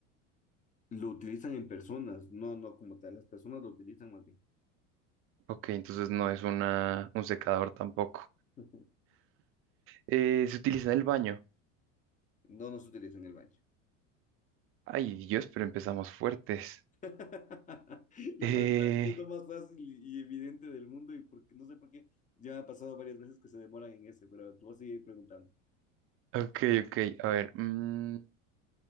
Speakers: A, on the left; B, on the right.
A: Lo utilizan en personas, no, no como tal. Las personas lo utilizan más bien.
B: Ok, entonces no es una, un secador tampoco.
A: <laughs>
B: Eh, ¿se utiliza en el baño?
A: No, no se utiliza en el baño.
B: Ay, Dios, pero empezamos fuertes.
A: <laughs> Lo
B: Eh,
A: más- es que es lo más fácil y evidente del mundo y porque no sé por qué ya me ha pasado varias veces que se demoran en ese, pero tú vas a seguir preguntando.
B: ok, ok, a ver. mm,